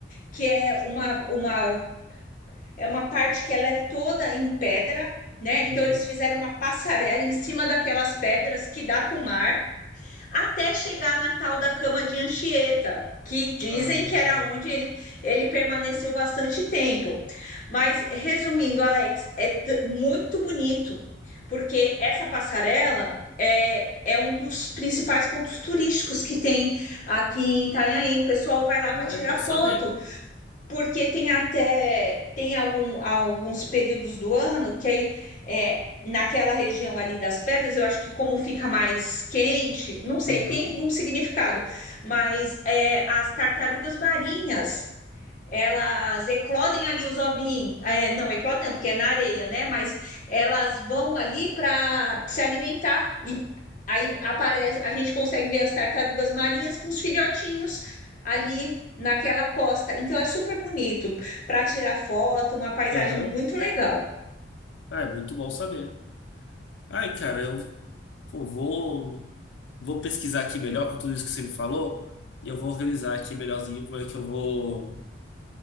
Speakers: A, on the left; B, on the left.
A: que é uma, uma é uma parte que ela é toda em pedra, né? Então
B: Uhum.
A: eles fizeram uma passarela em cima daquelas pedras que dá para o mar, até chegar na tal da cama de Anchieta, que dizem
B: Ah,
A: que era onde ele, ele permaneceu bastante tempo. Mas resumindo, Alex, é muito bonito, porque essa passarela é, é um dos principais pontos turísticos que tem aqui em Itanhaém. O pessoal vai lá
B: ah,
A: para tirar
B: é bom
A: foto
B: saber.
A: porque tem até tem algum, alguns períodos do ano que aí, é, naquela região ali das pedras, eu acho que como fica mais quente, não sei,
B: Uhum,
A: tem um significado, mas é, as tartarugas marinhas elas eclodem ali os ovinhos, é, não, eclodem não, porque é na areia, né? Mas elas vão ali para se alimentar e aí aparece, a gente consegue ver as tartarugas marinhas com os filhotinhos ali naquela costa. Então é super bonito para tirar foto, uma paisagem
B: aham.
A: muito legal.
B: Ah, é muito bom saber. Ai, cara, eu pô, vou, vou pesquisar aqui melhor com tudo isso que você me falou e eu vou organizar aqui melhorzinho como é que eu vou.